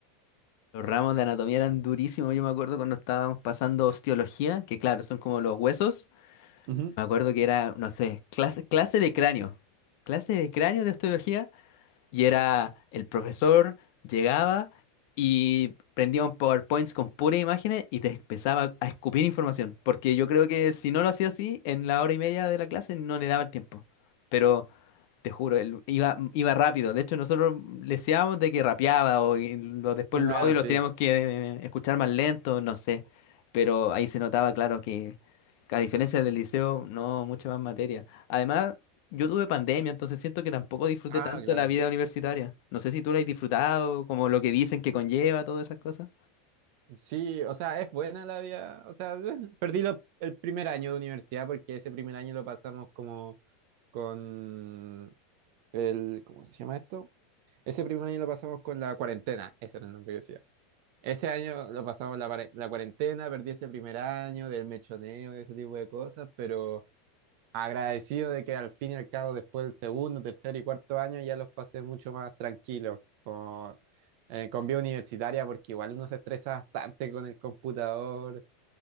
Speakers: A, on the left (about 55°); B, on the right (about 55°).
A: Los ramos de anatomía eran durísimos. Yo me acuerdo cuando estábamos pasando osteología, que claro, son como los huesos.
B: Ujú.
A: Me acuerdo que era, no sé, clase, clase de cráneo. Clase de cráneo de osteología. Y era el profesor, llegaba y prendía un PowerPoint con puras imágenes y te empezaba a escupir información. Porque yo creo que si no lo hacía así, en la hora y media de la clase no le daba el tiempo. Pero te juro, él iba, iba rápido. De hecho, nosotros leseábamos de que rapeaba o y lo- después
B: Ah,
A: los audios los
B: sí.
A: teníamos que eh, escuchar más lento, no sé. Pero ahí se notaba, claro, que a diferencia del liceo, no, mucha más materia. Además, yo tuve pandemia, entonces siento que tampoco disfruté
B: Ah,
A: tanto
B: claro.
A: la vida universitaria. No sé si tú la has disfrutado, como lo que dicen que conlleva, todas esas cosas.
B: Sí, o sea, es buena la vida. O sea, <laughs> perdí lo- el primer año de universidad porque ese primer año lo pasamos como con el, ¿cómo se llama esto? Ese primer año lo pasamos con la cuarentena, ese era el nombre que decía. Ese año lo pasamos la, pare- la cuarentena, perdí ese primer año del mechoneo y ese tipo de cosas, pero agradecido de que al fin y al cabo después del segundo, tercer y cuarto año ya los pasé mucho más tranquilos con, eh, con vida universitaria, porque igual uno se estresa bastante con el computador,